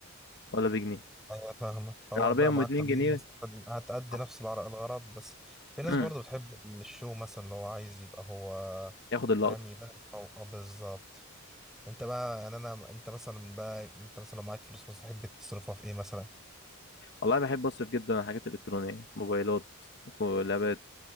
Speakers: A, on the left (about 50°); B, in the centre.
A: ولا بجنيه
B: أيوه فاهمك فهو
A: العربيه
B: بقى
A: ام
B: مع
A: 2
B: التمانية
A: جنيه
B: استفاد هتأدي
A: آه.
B: نفس الغرض الغرض بس في ناس
A: امم
B: برضو بتحب الشو مثلا اللي هو عايز يبقى هو
A: ياخد اللقطه
B: فاهم يبان أو أو بالظبط أنت بقى يعني أنا أنت مثلا بقى أنت مثلا لو معاك فلوس مثلا تحب تصرفها في إيه مثلا؟
A: والله بحب اصرف جدا على الحاجات الالكترونيه موبايلات كولابات